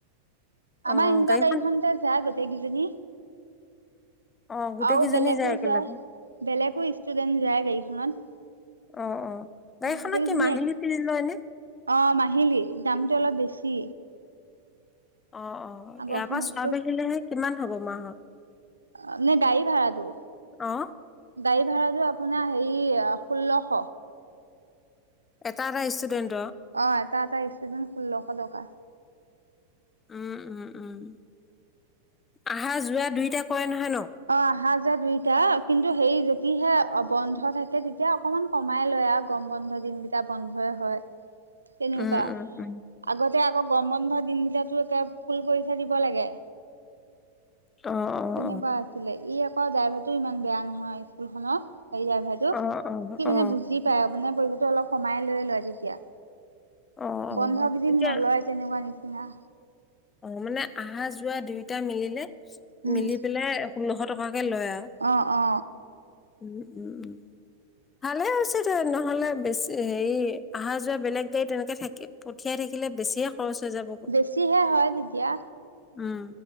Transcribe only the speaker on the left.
অ
গাড়ীখন
অ গোটেই
কেইজনী
একেলগে
অ অ গাড়ীখনত
কি মাহিলী
ফিজ লয় নে
অ অ
ইয়াৰ পৰা চোৱ বাহিলেহে কিমান হব মাহত
অ
এটা ষ্টুডেণ্ট
উম উম উম আহা যোৱা দুইটা কৰে ন নহয়
<unintelligible>
উম উম
অ অ
অ
অ অ
অ অ অ
অ
তেতিয়া
অ মানে আহা যোৱা দুয়োটা মিলিলে
মিলি পেলাই ষোল্লশ টকাকে লয় আৰু
উম উম উম ভালে হৈছে ত নহলে বেছি হেৰি অহা যোৱা বেলেগ গাড়ী তেনেকে থাকে পঠিয়াই থাকে থাকিলে বেছিয়ে খৰচ হৈ যাবগৈ
উ